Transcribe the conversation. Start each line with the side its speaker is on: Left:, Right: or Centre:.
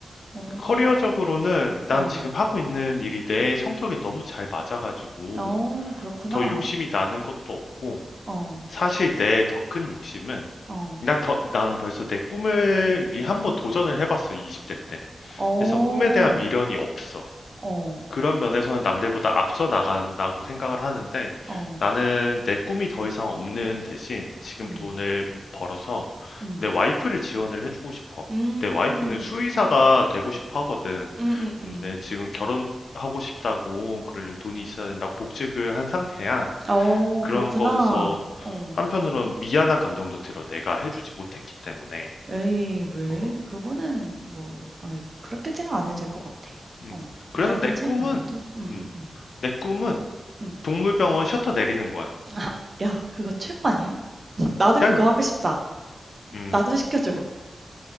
Right: 어.
Left: 커리어적으로는 난
Right: 어.
Left: 지금 하고 있는 일이 내 성격에 너무 잘 맞아가지고
Right: 어 그렇구나.
Left: 더 욕심이 나는 것도 없고
Right: 어.
Left: 사실 내 더 큰 욕심은
Right: 어.
Left: 난 더, 나는 벌써 내 꿈을 위해 한번 도전을 해봤어, 20대 때.
Right: 어.
Left: 그래서 꿈에 대한 미련이 없어.
Right: 어.
Left: 그런 면에서는 남들보다 앞서 나간다고 생각을 하는데
Right: 어.
Left: 나는 내 꿈이 더 이상 없는 대신 지금
Right: 음.
Left: 돈을 벌어서
Right: 음.
Left: 내 와이프를 지원을 해주고 싶어.
Right: 음.
Left: 내 와이프는 수의사가 되고 싶어 하거든.
Right: 음음음.
Left: 근데 지금 결혼하고 싶다고 그러려면 돈이 있어야 된다고 복직을 한 상태야.
Right: 어
Left: 그런
Right: 그렇구나.
Left: 것에서
Right: 어.
Left: 한편으로는 미안한 감정도 들어. 내가 해주지 못했기 때문에.
Right: 에이 왜?
Left: 어.
Right: 그거는 뭐 아이 그렇게 생각 안 해도 될 것 같아.
Left: 음.
Right: 어. 미안해하진
Left: 그래서 내 꿈은,
Right: 않아도. 응응응
Left: 음,
Right: 응.
Left: 내 꿈은
Right: 응, 응.
Left: 동물병원 셔터 내리는 거야.
Right: 아 야 그거 최고 아니야? <laughs> 나도
Left: 난,
Right: 그거 하고 싶다.
Left: 음,
Right: 나도 시켜줘.